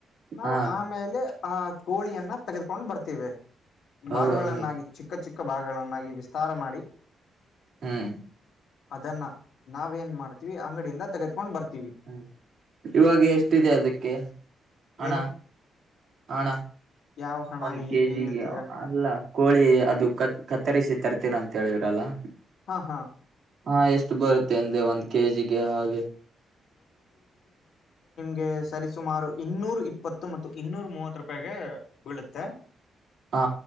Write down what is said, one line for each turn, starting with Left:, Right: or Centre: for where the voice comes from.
Left: ನಾವು
Right: ಹಾ
Left: ಆಮೇಲೆ ಆ ಕೋಳಿಯನ್ನ ತೆಗೆದುಕೊಂಡು ಬರ್ತೀವೆ
Right: ಓ
Left: ಭಾಗಗಳನ್ನಾಗಿ
Right: ಹಂಗೆ
Left: ಚಿಕ್ಕ ಚಿಕ್ಕ ಭಾಗಗಳನ್ನಾಗಿ ವಿಸ್ತಾರ ಮಾಡಿ
Right: ಹ್ಮ್
Left: ಅದನ್ನ ನಾವೇ ಏನ್ ಮಾಡ್ತೀವಿ ಅಂಗಡಿಯಿಂದ ತೆಗೆದಕೊಂಡ್ ಬರ್ತವಿ
Right: ಹ್ಮ್ ಇವಾಗ ಎಷ್ಟಿದೆ ಅದಕ್ಕೆ <inaudible> ಹಣ
Left: ಏನು
Right: ಹಣ <inaudible>
Left: ಯಾವ ಹಣ
Right: ಒಂದ ಕೆಜಿಗೆ
Left: ಏನ್ ಏನ್ ಹೇಳ್ತಿದ್ರ
Right: ಅಲ್ಲ ಕೋಳಿ ಅದು ಕತ್ ಕತ್ತರಿಸಿ ತರ್ತೀನಿ ಅಂತ ಹೇಳಿದ್ರಲ್ಲಾ
Left: ಹಾ ಹಾ
Right: ಹಾ ಎಷ್ಟು ಬರುತ್ತೆ ಎಂದೆ ಒಂದ್ ಕೆಜಿಗೆ ಹಾಗೆ
Left: ಗೆ ಸರಿಸುಮಾರು ಇನ್ನೂರು ಇಪ್ಪತ್ತು ಮತ್ತು ಇನ್ನೂರು ಮೂವತ್ತು ರೂಪಾಯಿಗೆ ಬೀಳುತ್ತೆ
Right: ಹಾ